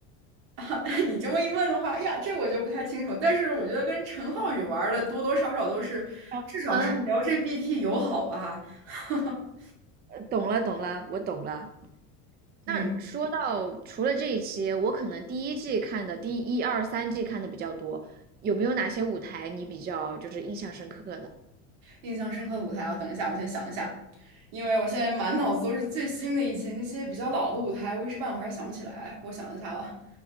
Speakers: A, on the right (about 75°); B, on the right (about 25°).
A: <laughs> 你这么一问的话，哎呀，这我就不太清楚，但是我觉得跟陈浩宇玩的多多少少都是，
B: 啊，
A: 至少是
B: 嗯，
A: LGBT 友好吧。<laughs>
B: 呃懂了懂了，我懂了。
A: 嗯。
B: 那说到除了这一期，我可能第一季看的，第一二三季看的比较多，有没有哪些舞台你比较就是印象深刻的？
A: 印象深刻的舞台啊，等一下，我先想一下，因为我现在满脑子都是最新的一期，那些比较老的舞台，我一时半会儿还想不起来。我想一下啊，